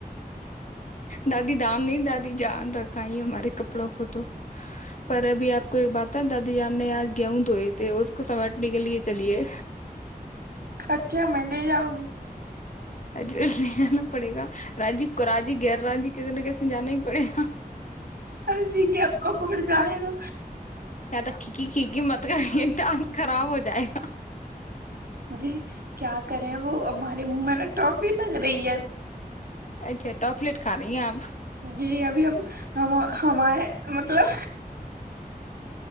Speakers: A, on the left; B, on the right.
A: دادی دان نہیں دادی جان رکھ <inaudible> کپڑوں کو تو پر ابھی آپ کو ایک بات ہے دادی ی نے آج گیہوں دوئے تھے اس کو سمٹنے کے لیے چلیے
B: اچھا میں لے جاؤں گی
A: ا نہیں آنا پڑے گا رانجی راجی غیر رانجی کسی نہ کسی جانا ہی پڑے گا
B: اور جیگ کو کوبٹے جانے گا
A: تو کھییکی کھکی مت کریں یہ ٹاسک خراب ہو جائے گا
B: جی کیا کریں وہ ہماریے م نے ٹاپ بھی لگ رہی ہے
A: اچھا ٹاپلیٹ کھا رہی ہیں آپ
B: جی ابھی ہم ہم ہماے مطلب